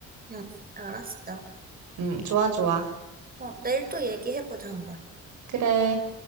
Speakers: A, on the right; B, on the right.
A: 응, 응, 알았어.
B: 음, 좋아, 좋아.
A: 어, 내일 또 얘기해보자, 한번.
B: 그래.